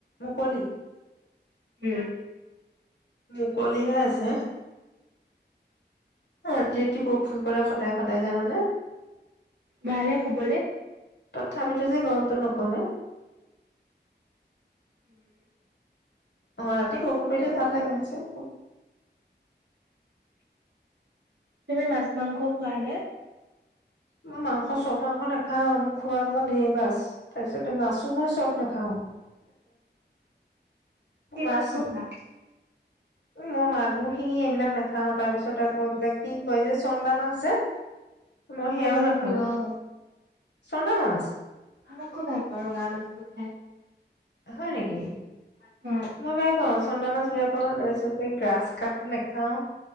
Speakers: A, on the left; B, on the right.
A: মুকলি।
B: উম।
A: মুকলিহৈ আছে। এ, ৰাতি ৰাতি বৰষুণ কৰে সদায়-সদায়, জানানে?
B: ভালে শুবলে
A: তথাপিতে যে, গ-অমটো নকমে।
B: হম।
A: অ', ৰাতি বৰষুণ পৰিলে ভাল লাগে, অৱশ্যে।
B: তুমি মাছ, মাংস খোৱা নে?
A: মই মাংস চব মাংস নাখাওঁ। মোৰ খোৱা বোৱা ঢেৰ বাছ। তাৰছতে মাছো মই চব নাখাওঁ।
B: কি
A: মাছো
B: মাছ নোখোৱা
A: উ, মই মাগুৰ, শিঙি এইবিলাক না খাওঁ। তাৰ পিছত, আকৌ এইবিলাক কি কয় যে, চন্দা মাছ <unintelligible> সেয়াও
B: অ', মোৰ
A: নাখাও
B: প্ৰিয়।
A: চন্দা মাছ?
B: আমাক খুব ভাল পাওঁ, ৰঙা মাছটো খাই।
A: হয় নেকি?
B: হয়
A: মই মনে <unintelligible> চন্দা মাছ, <unintelligible> তাৰছতে, গ্ৰাছ কাপ নাখাওঁ।